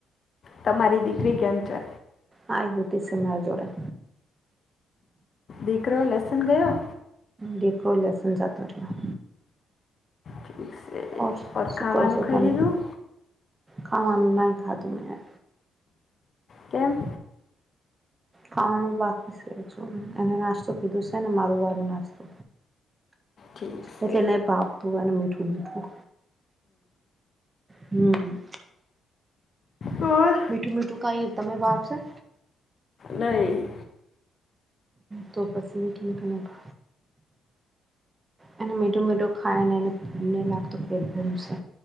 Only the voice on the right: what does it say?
હા હોતી શે મારા જોડે.
દીકરો લેસન જતો રહ્યો.
ઓર શું
કરો તમ
ખાવાનું નહીં ખાતું મેં.
ખાવાનું બાકી છે એને નાસ્તો કીધો છે ને મારું વારું નાસ્તો.
એટલે નહીં <unintelligible> અને મીઠું મીઠું. હમ.
મીઠું મીઠું કઈ તમે ભાવશે.
તો પસી <unintelligible> એને મીઠું મીઠું ખાય ને એને નહીં લાગતું પેટ ભર્યું છે.